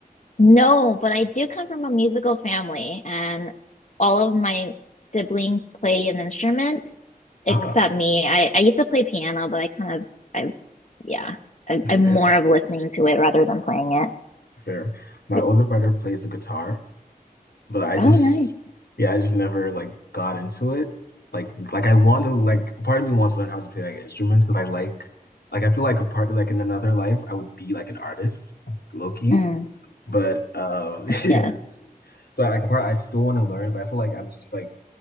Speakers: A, on the left; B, on the left.
A: no, but I do come from a musical family and all of my siblings play an instrument except
B: Ah,
A: me. I, I used to play piano, but I kind of I yeah, I,
B: yeah,
A: I'm more of listening to it rather than playing it.
B: fair. My
A: But
B: older brother plays the guitar, but I just
A: oh, nice.
B: yeah, I just never like got into it. Like like I want to like part of me wants to learn how to play like instruments because I like like I feel like a part like in another life I would be like an artist, low key.
A: Mm,
B: But um <laughs> yeah.
A: yeah.
B: So like a part I still want to learn, but I feel like I'm just like